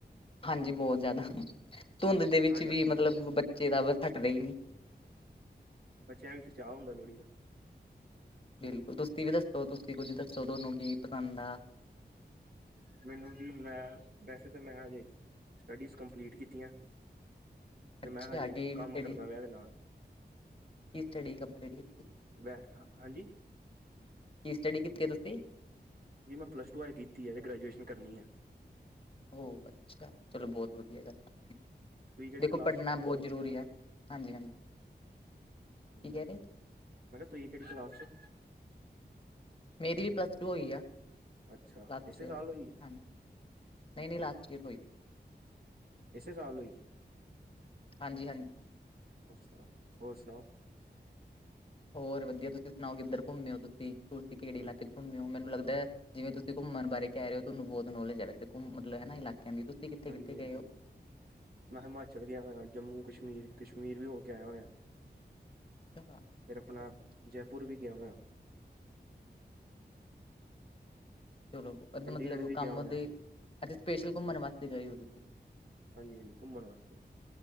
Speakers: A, on the left (about 30°); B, on the right (about 60°).
A: ਹਾਂਜੀ ਬਹੁਤ ਜਿਆਦਾ ਧੁੰਦ ਦੇ ਵਿੱਚ
B: ਹਾਂ ਅਸੀਂ
A: ਵੀ ਮਤਲਬ ਬ ਬੱਚੇ ਤਾਂ ਬਸ ਥਕਦੇ ਹੀ ਨੀ।
B: ਬੱਚਿਆਂ ਨੂੰ ਤਾਂ ਚਾਹਅ ਹੁੰਦਾ ਲੋਹੜੀ ਦਾ।
A: ਬਿਲਕੁਲ ਤੁਸੀਂ ਵੀ ਦੱਸੋ ਤੁਸੀਂ ਕੁੱਝ ਦੱਸੋ ਤੁਆਨੂੰ ਕੀ ਪਸੰਦ ਐ।
B: ਮੈਨੂੰ ਵੀ ਮੈਂ ਵੈਸੇ ਤਾਂ ਮੈਂ ਹਜੇ ਸਟੱਡੀਜ਼ ਕੰਪਲੀਟ ਕੀਤੀਆਂ। ਤੇ
A: ਅੱਛਾ
B: ਮੈਂ ਹਜੇ
A: ਕੀ
B: ਕੰਮ
A: ਸਟੱਡੀ
B: ਕਰਦਾ ਪੇਆਂ ਏਦੇ ਨਾਲ।
A: ਕੀ ਸਟੱਡੀ ਕੰਪਲੀਟ ਕੀਤੀ
B: ਮੈਂ ਹ ਹਾਂਜੀ।
A: ਕੀ ਸਟੱਡੀ ਕੀਤੀ ਐ ਤੁਸੀਂ।
B: ਜੀ ਮੈਂ ਪਲੱਸ ਟੂ ਹਜੇ ਕੀਤੀ ਐ ਤੇ ਗ੍ਰੈਜੂਏਸ਼ਨ ਕਰਨੀ ਐ।
A: ਓ ਅੱਛਾ, ਚਲੋ ਬੋਤ ਵਦੀਆ ਗੱਲ ਐ।
B: ਤੁਸੀਂ ਕਿਹੜੀ
A: ਦੇਖੋ
B: ਕਲਾਸ
A: ਪੜਨਾ
B: ਚੋਂ
A: ਬੋਤ ਜ਼ਰੂਰੀ ਆ, ਹਾਂਜੀ-ਹਾਂਜੀ
B: ਹਾਂਜੀ
A: ਕੀ ਕੈ ਰਏ।
B: ਮੈਂ ਕਿਆ ਤੁਸੀਂ ਕੇੜੀ ਕਲਾਸ ਚੋਂ।
A: ਮੇਰੀ ਵੀ ਪਲੱਸ ਟੂ ਹੋਈ ਆ।
B: ਅੱਛਾ
A: ਲਾਸਟ
B: ਇਸੇ
A: ਈਅਰ
B: ਸਾਲ ਹੋਈ
A: ਹਾਂਜੀ ਨਈਂ-ਨਈਂ ਲਾਸਟ ਈਅਰ ਹੋਈ।
B: ਇਸੇ ਸਾਲ ਹੋਈ।
A: ਹਾਂਜੀ-ਹਾਂਜੀ।
B: ਅੱਛਾ, ਹੋਰ ਸੁਨਾਓ।
A: ਹੋਰ ਵਦੀਆ ਤੁਸੀਂ ਸੁਨਾਓ ਕਿੱਦਰ ਘੁੰਮਦੇ ਓਂ ਤੁਸੀਂ-ਤੁਸੀਂ ਕਿਹੜੇ ਇਲਾਕੇ ਚ ਘੁੰਮਦੇ ਓਂ ਮੈਨੂੰ ਲੱਗਦਾ ਜਿਵੇਂ ਤੁਸੀਂ ਘੁੰਮਨ ਬਾਰੇ ਕੈ ਰਏ ਓ ਤੁਆਨੂੰ ਬੋਤ ਨੋਲੇਜ ਐ ਘੁੰਮਨ ਮਤਲਬ ਹਨਾ ਇਲਾਕੇਆਂ ਦੀ ਕਿੱਥੇ
B: ਹਾਂਜੀ-ਹਾਂਜੀ
A: ਕਿੱਥੇ ਗਏ ਹੋ
B: ਮੈਂ ਹਿਮਾਚਲ ਗੇਆ ਹੋਏਆ ਜੰਮੂ ਕਸ਼ਮੀਰ-ਕਸ਼ਮੀਰ ਵੀ ਹੋ ਕੇ ਆਏਆ ਹੋਏਆਂ।
A: ਅੱਛਾ
B: ਫਿਰ ਆਪਨਾ ਜੈਪੁਰ ਵੀ ਗੇਆ ਹੋਏਆਂ।
A: ਚਲੋ ਏਦਾ
B: ਚੰਡੀਗੜ੍ਹ
A: ਮਤਲਬ
B: ਵੀ
A: ਕੰਮ
B: ਗਿਆ ਹੋਇਆ
A: ਦੇ ਅੱਛਾ ਸਪੈਸ਼ਲ ਘੁੰਮਨ ਵਾਸਤੇ ਗਏ ਓਂ ਤੁਸੀਂ।
B: ਹਾਂਜੀ-ਹਾਂਜੀ ਘੁੰਮਨ ਵਾਸਤੇ।